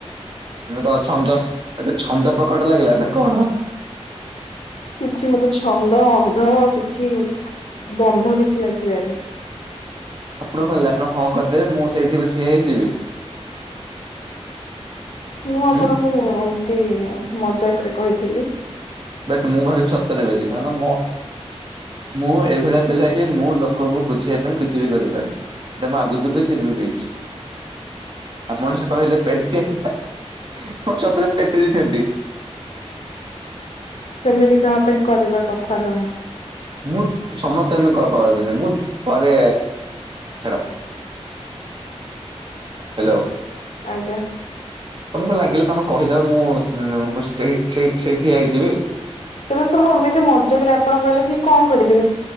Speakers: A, on the right; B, on the left.
A: କଣ ଛନ୍ଦଟ- ଛନ୍ଦ ପ୍ରକଟ ଲାଗିଲା ନା କଣ?
B: କିଛି ମତେ ଛନ୍ଦ ବଧ କିଛି ବନ୍ଧ କିଛି ଲାଗିଲାଣିି।
A: ଆପଣ କହିଲେ ଆପଣ ହଁ କରିଦେବେ, ମୁଁ ସେଇଠି ବି ଠିଆ ହେଇଯିବି।
B: ମୁଁ ଆପଣଙ୍କୁ
A: ହୁଁ।
B: ଏମତି ମଜାକ ରେ କହିଥିଲି।
A: ବଟ ମୁଁ ଭାବି ସତରେ ବେଲିି କାରଣ ମ, ମୁଁ ଏଇଭଳିଆ ପିଲା କି ମୁଁ ଲୋକଙ୍କୁ ବୁଝେଇବା ପାଇଁ କିଛି ବି କରିପାରେ, ଏଇଟା ମୁଁ ଆଗରୁ ବି କହିଛି ଏବେ ବି କହିଛି। ଆପଣ ସେ କହିଲେ ପେଟେ ପାଇଁ ଆପ ସତରେ ପେଟି ଦେଇଥାନ୍ତି।
B: ସେମିତି କାହା ପାଇଁ କରିବା କଥା ନୁହେଁ।
A: ମୁଁ ସମସ୍ତେ ଏମିତି କର-କରନ୍ତିନି ମୁଁ କରେ ଛାଡ। ହ୍ୟାଲୋ।
B: ଆଜ୍ଞା।
A: ତମକୁ ଲାଗିଲା ତମେ କହିଦଅ ମୁଁ ଅଁ-ମୁଁ ସେଇ ସେଇ ସେଇଠି ଠିଆ ହେଇଯିବି।
B: ଏବେ ତ ମୁଁ ଏମିତି ମଜାକରେ ଆପଣ କହିଲେ କି କଣ କରିବି